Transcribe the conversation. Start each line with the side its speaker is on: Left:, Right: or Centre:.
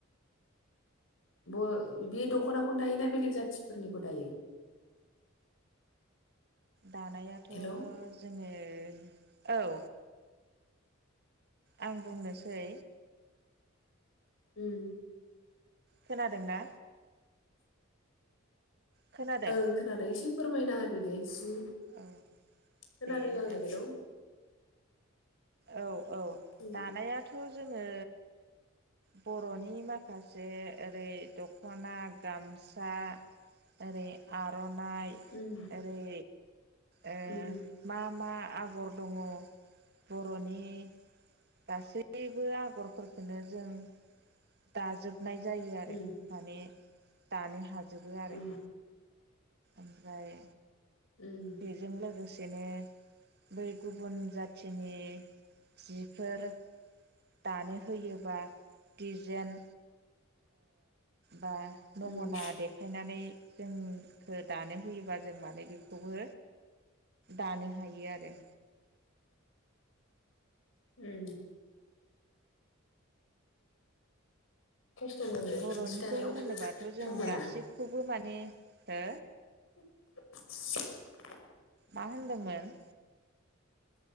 Left: उ बे दख'नाखौनो दायोना बेलेग जाथिफोरनिखौ दायो? <unintelligible> <inaudible>
Right: दानायाथ'
Left: हेलौ
Right: जोङो औ। आं बुंनोसै।
Left: ओम।
Right: खोनादोंना? खोनादों
Left: ओं खोनादों एसे फोरमायना होदो दे जि।
Right: औ
Left: खोनादों
Right: दे
Left: आङो
Right: ओं।
Left: हेलौ
Right: औ औ
Left: उम
Right: दानायाथ' जोङो। बर'नि माखासे ओरै दख'ना गामसा। ओरै आर'नाइ
Left: उम
Right: ओरै। ओ
Left: उम
Right: मा मा आगर दङ बर'नि गासैबो हुरनाय जायो आरो
Left: उम
Right: माने दानो हाजोबो आरो।
Left: उम
Right: ओमफ्राय
Left: उम
Right: बेजों लोगोसेनो बै गुबुन जाथि जिनि जिफोर दानो होयोबा डिजेन बा नमना
Left: उम
Right: देखायनानै जोंखौ दानो होयोबा जों माने बेखौबो दानो हायो आरो
Left: उम खस्थ' मोनो
Right: बर'निखौ
Left: जि दानायाव
Right: होनोबाथ' जों
Left: ना मोना
Right: गासिखौबो माने हो
Left: <inaudible>
Right: मा होनदोंमोन?